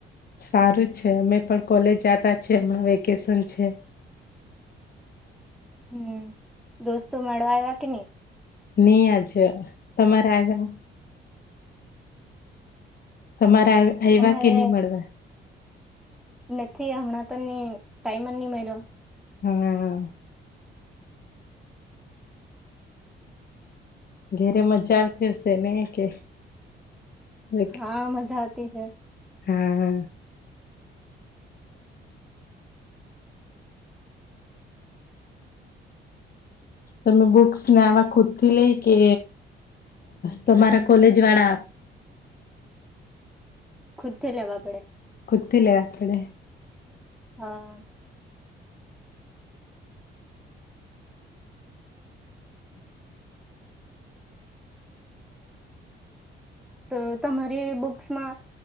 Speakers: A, on the left; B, in the centre.
A: સારું છે અમે પણ કોલેજ આવતા છે હમણાં વેકેશન છે
B: હમ દોસ્તો મળવા આવ્યા કે નહી
A: હી આજ તમારે આગા તમારે એવા
B: અમારે
A: કે નહી મળવા
B: નથી હમણાં તો ન ટાઈમ જ નહી મળલો
A: હમ ઘેરે મજા આવતી હશે ને કે વ
B: હા મજા આવતી છે
A: હા હ તમે બુક્સને આવા ખુદ થી લઈ કે તમારા કોલેજ વાળા આપ
B: ખુદ થી લેવા પડે
A: કતિ લ આ કડ
B: હા તો તમારી બુક્સમાં